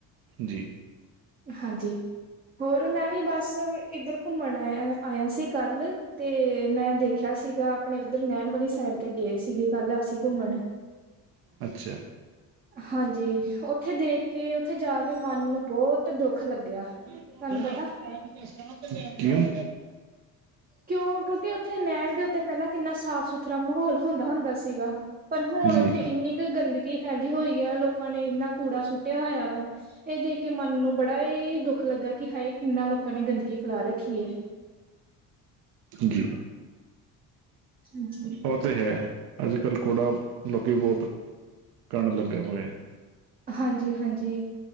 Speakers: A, on the right; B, on the right.
A: ਜੀ
B: ਹਾਂਜੀ ਹੋਰ ਮੈਂ ਵੀ ਬਸ ਇੱਧਰ ਘੁੰਮਣ ਆਇ ਆਇਆ ਸੀ ਕੱਲ ਤੇ ਮੈਂ ਦੇਖ ਸੀਗਾ ਆਪਣੇ ਉੱਧਰ ਨਹਿਣ ਵਾਲੀ ਸਾਈਡ ਤੇ ਗਏ ਸੀਗੇ ਕੱਲ ਅਸੀਂ ਘੁੰਮਣ
A: ਅੱਛਾ
B: ਹਾਂਜੀ ਉੱਥੇ ਦੇਖ ਕੇ ਉੱਥੇ ਜਾ ਕੇ ਮਨ ਨੂੰ ਬਹੁਤ ਦੁੱਖ ਲੱਗਿਆ
A: <unintelligible>
B: ਤੁਹਾਨੂੰ ਪਤਾ
A: ਕਯੋਂ
B: ਕਿਉਂ ਕਿਉਂਕਿ ਉੱਥੇ ਨਹਿਰ ਦੇ ਉੱਤੇ ਪਹਿਲਾਂ ਕਿੰਨਾ ਸਾਫ ਸੁਥਰਾ ਮਾਹੌਲ ਹੁੰਦਾ- ਹੁੰਦਾ ਸੀਗਾ ਪਰ ਹੁਣ
A: ਜੀ
B: ਉੱਥੇ ਇੰਨੀ ਕੁ ਗੰਦਗੀ ਫੈਲੀ ਹੋਈ ਆ ਲੋਕਾਂ ਨੇ ਇੰਨਾ ਕੂੜਾ ਸੁੱਟਿਆ ਹੋਇਆ ਵਾ ਇਹ ਦੇਖ ਕੇ ਮਨ ਨੂੰ ਬੜਾ ਹੀ ਦੁੱਖ ਲੱਗਾ ਕਿ ਹਾਏ ਕਿੰਨਾ ਲੋਕਾਂ ਨੇ ਗੰਦਗੀ ਫੈਲਾ ਰੱਖੀ ਹੈ।
A: ਜੀ
B: ਹਾਂਜੀ।
A: ਹੋ ਤੇ ਹੈ। ਅੱਜ ਕੱਲ੍ਹ ਕੂੜਾ ਲੋਕੀ ਬਹੁਤ ਕਣ ਲੱਗਿਆ ਹੋਇਆ ਹੈ
B: ਹਾਂਜੀ- ਹਾਂਜੀ